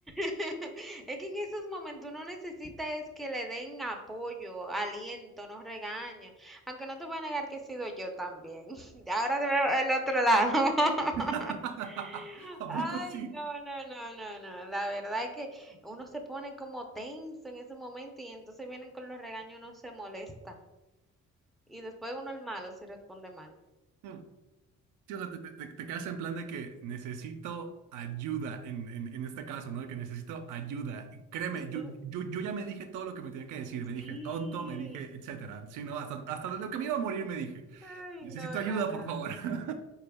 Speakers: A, in the centre; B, on the right (about 80°).
A: <laughs> es que en esos momentos uno necesita es que le den apoyo, aliento, no regaño. Aunque no te voy a negar que he sido yo también. <laughs> Ahora te veo el otro lado. <laughs>
B: <laughs> ¿A
A: Ay,
B: poco sí?
A: no, no, no, no, no. La verdad es que uno se pone como tenso en ese momento y entonces vienen con los regaños, uno se molesta. Y después uno el malo si responde mal.
B: Mm. Sí, o sea, te, te- te- te quedas en plan de que necesito ayuda en, en- en este caso, ¿no? De que necesito ayuda. Y Créeme,
A: Y tú,
B: yo, yo, yo ya me dije todo lo que me tenía que decir, me
A: sí.
B: dije tonto, me dije etcétera. Sí, no, hasta, hasta de lo que me iba a morir me dije,
A: Ay,
B: necesito
A: no,
B: ayuda,
A: no, no.
B: por favor. <laughs>